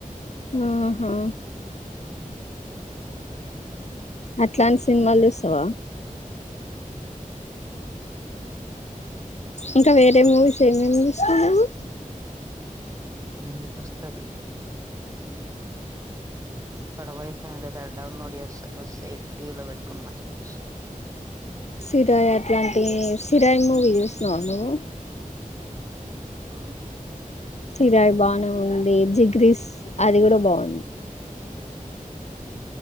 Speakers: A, on the left (about 50°); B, on the right (about 25°).
A: ఆహా అట్లాంటి సినిమాలు చూసావా ఇంకా వేరే మూవీస్ ఏమేం చూస్తావు నువ్వు
B: ఏది వస్తే అది <unintelligible> డౌన్లోడ్ చేస్తా కోసేపు టీవీ లో పెట్టుకొని మంచిగా చూస్తా
A: సిరాయ్ అట్లాంటి సిరాయ్ మూవీ చూసినవా నువ్వు
B: చూడలే
A: సిరాయి బానే ఉంది జిగ్రీస్ అది కూడా బాగుంది
B: అ